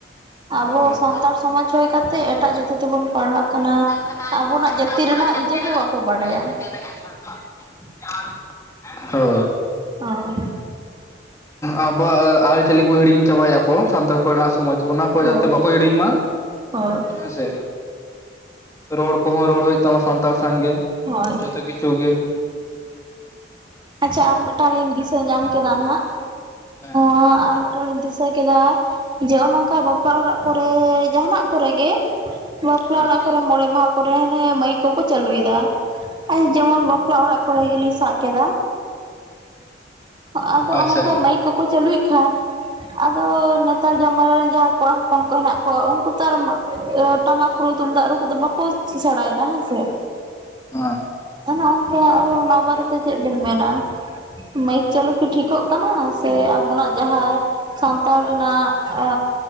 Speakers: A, on the right; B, on the left.
A: ᱟᱵᱚ
B: ᱦᱳᱭ
A: ᱥᱟᱱᱛᱟᱲ ᱥᱚᱢᱟᱡᱽ ᱦᱩᱭ ᱠᱟᱛᱮᱫ ᱮᱴᱟᱜ ᱡᱟᱹᱛᱤ ᱛᱮᱵᱚᱱ ᱯᱟᱲᱦᱟᱜ ᱠᱟᱱᱟ᱾
B: <inaudible>
A: ᱟᱵᱚᱱᱟᱜ ᱡᱟᱹᱛᱤ
B: ᱟᱵᱚᱣᱟᱜ
A: ᱨᱮᱱᱟᱜ
B: ᱡᱟᱹᱛᱤ
A: ᱤᱡᱟᱹ
B: ᱨᱮᱱᱟᱜ
A: ᱜᱮ ᱵᱟᱠᱚ ᱵᱟᱰᱟᱭᱟ
B: <unintelligible> ᱦᱳ
A: ᱦᱳᱭ
B: ᱟᱵᱚᱣᱟᱜ ᱟᱹᱨᱤᱪᱟᱹᱞᱤ ᱠᱚ ᱦᱤᱲᱤᱧ ᱪᱟᱵᱟᱭ ᱟᱠᱚ ᱥᱟᱱᱛᱟᱲ ᱠᱚᱨᱮᱱᱟᱜ ᱥᱚᱢᱟᱡᱽ ᱚᱱᱟ ᱠᱚ
A: ᱦᱳᱭ
B: ᱡᱟᱛᱮ ᱵᱟᱠᱚ ᱦᱤᱲᱤᱧ ᱢᱟ
A: ᱦᱳᱭ
B: ᱦᱮᱸᱥᱮ ᱨᱚᱲ ᱠᱚᱦᱚᱸ ᱨᱚᱲ ᱦᱩᱭᱩᱜ ᱛᱟᱢᱟ ᱥᱟᱱᱛᱟᱲ ᱥᱟᱶᱜᱮ
A: ᱦᱳᱭ
B: ᱡᱚᱛᱚ ᱜᱤ <unintelligible>
A: ᱟᱪᱪᱷᱟ ᱟᱨ ᱢᱤᱫᱴᱟᱝ ᱞᱤᱧ ᱫᱤᱥᱟᱹ ᱧᱟᱢ ᱠᱮᱫᱟ ᱱᱟᱦᱟᱸᱜ
B: ᱦᱮᱸ
A: ᱟ ᱟᱨ ᱢᱤᱫᱴᱟᱝ ᱞᱤᱧ ᱫᱤᱥᱟᱹ ᱠᱮᱫᱟ ᱡᱮ ᱚᱱᱚᱠᱟ ᱵᱟ ᱯᱟ ᱚᱲᱟᱜ ᱠᱚᱨᱮ ᱡᱟᱦᱟᱱᱟᱜ ᱠᱚᱨᱮ ᱜᱮ ᱵᱟᱯᱞᱟ
B: ᱦᱮᱸ
A: ᱚᱲᱟᱜ ᱠᱚᱨᱮ ᱢᱚᱬᱮ ᱢᱟᱦᱟ ᱠᱚᱨᱮ ᱚᱱᱮ ᱢᱟᱹᱭᱤᱠ ᱠᱚᱠᱚ ᱪᱟᱹᱞᱩᱭ ᱫᱟ ᱟᱨ ᱡᱮᱢᱚᱱ ᱵᱟᱯᱞᱟ ᱚᱲᱟᱜ ᱠᱚᱨᱮ ᱜᱮ ᱞᱤᱧ ᱥᱟᱵ ᱠᱮᱫᱟ᱾ ᱟᱫᱚ
B: ᱟᱪᱪᱷᱟ
A: ᱚᱱᱟ ᱚᱝᱠᱟ ᱢᱟᱹᱭᱤᱠ ᱠᱚᱠᱚ ᱪᱟᱹᱞᱩᱭᱮᱫ ᱠᱷᱟᱱ ᱟᱫᱚ ᱱᱮᱛᱟᱨ ᱡᱟᱢᱟ ᱨᱮᱱ ᱡᱟᱦᱟᱸ ᱠᱚᱲᱟ ᱦᱚᱯᱚᱱ ᱠᱚ ᱦᱮᱱᱟᱜ ᱠᱚᱣᱟ ᱩᱱᱠᱩ ᱛᱚ ᱟᱨ ᱴᱟᱢᱟᱠ ᱨᱩ ᱛᱩᱢᱫᱟᱜ ᱨᱩ ᱠᱚᱫᱚ ᱵᱟᱠᱚ ᱥᱮᱬᱟᱭᱮᱫᱟ ᱦᱮᱸ ᱥᱮ
B: ᱦᱳ
A: ᱚᱱᱮ ᱚᱱᱠᱟ ᱟᱫᱚ ᱚᱱᱟ ᱵᱟᱨᱮ ᱛᱮ ᱪᱮᱫ ᱵᱤᱱ ᱢᱮᱱᱟ? ᱢᱟᱹᱭᱤᱠ ᱪᱟᱞᱩ ᱠᱤ ᱴᱷᱤᱠᱚᱜ ᱠᱟᱱᱟ ᱥᱮ ᱟᱵᱚᱱᱟᱜ ᱡᱟᱦᱟᱸ ᱥᱟᱱᱛᱟᱲ ᱨᱮᱱᱟᱜ ᱮ